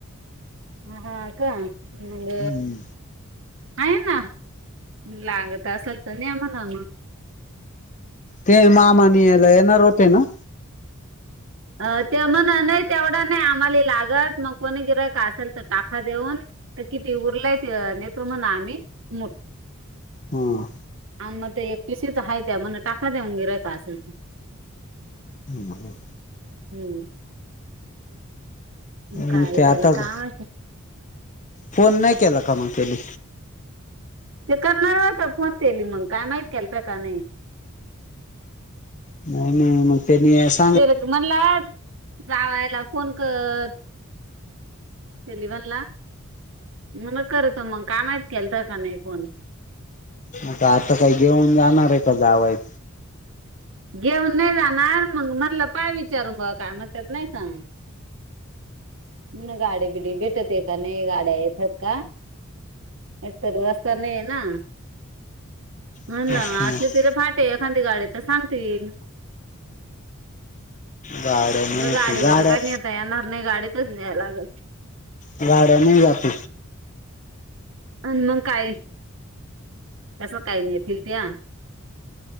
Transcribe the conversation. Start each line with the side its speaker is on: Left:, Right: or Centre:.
Right: हा का मंग,
Left: हम्म
Right: आहे ना लागत असल तर न्या म्हणा म
Left: ते मामा न्यायला येणार होते ना?
Right: अ ते म्हण नाही तेवढा नाही आम्हाले लागत, मग कोणी गिराईक असल तर टाका देऊन. तर किती उरलाय ते नेतो म्हणा आम्ही, मुठ
Left: ह
Right: आणि मग ते एक पिसीच आहेय त्या मण टाका देऊन गिरायता असल तर
Left: हम्म हम
Right: हम्म
Left: मग
Right: काय
Left: ते आता
Right: केला काय
Left: ग,
Right: माहिती
Left: फोन नाही केला का मग त्यानी
Right: ते करणार होता फोन केली, मग काय माहीत केलता का नाही.
Left: नाही नाही मग त्येनी असं
Right: ते म्हणला जावायला फोन कर सलिव्हनला, मण करतो म काय माहित केलता काय नाही फोन
Left: म का आता काय घेऊन जाणार हाय का जावाय?
Right: घेऊन नाही जाणार मग मणलं पाहा विचारू बघा काय म्हटत्यात नाही का, म्हण गाडी बिडी भेटते का नाही गाड्या येतात का, एकतरी रस्ता नाही आहे ना म्हणलं
Left: तेच
Right: म
Left: तर
Right: असली
Left: मग
Right: तिला फाटे एखादी गाडी तर सांगतील
Left: गाड्या नाही
Right: म्हणलं गाडीवत
Left: गाड्या
Right: नेहता येणार नाही, गाडीत न्याय लागलं
Left: गाड्या नाही जात
Right: अ मग काय कस काही नेतील त्या?